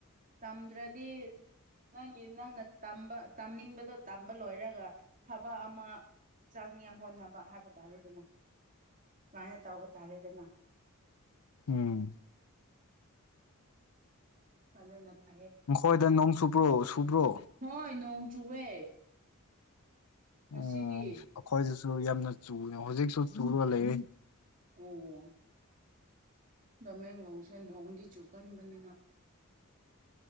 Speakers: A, on the right (about 35°); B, on the left (about 85°).
A: ꯇꯝꯗ꯭ꯔꯗꯤ ꯅꯪꯒꯤ ꯅꯪꯅ ꯇꯝꯕ ꯇꯝꯅꯤꯡꯕꯗꯣ ꯇꯝꯕ ꯂꯣꯏꯔꯒ ꯊꯕꯛ ꯑꯃ ꯆꯥꯡꯅꯤꯌ ꯍꯣꯠꯅꯕ ꯍꯥꯏꯕ ꯇꯥꯔꯦ ꯑꯗꯨꯅ ꯃꯥꯏꯅ ꯇꯧꯕ ꯇꯥꯔꯦꯗꯅ
B: ꯎꯝ
A: ꯑꯗꯨꯅ ꯐꯩꯌꯦ
B: ꯅꯈꯣꯏꯗ ꯅꯣꯡ ꯁꯨꯕ꯭ꯔꯣ ꯁꯨꯕ꯭ꯔꯣ
A: ꯍꯣꯏ ꯅꯣꯡ ꯆꯨꯋꯦ ꯉꯁꯤꯗꯤ
B: ꯑ ꯑꯈꯣꯏꯖꯤꯁꯨ ꯌꯥꯝꯅ ꯆꯨꯕꯅꯦ ꯍꯧꯖꯤꯛꯁꯨ ꯆꯨꯔꯒ ꯂꯩꯔꯦ
A: ꯑꯣ ꯅꯃꯦꯡꯂꯣꯡꯁꯦ ꯅꯣꯡꯗꯤ ꯆꯨꯒꯟꯕꯅꯤꯅ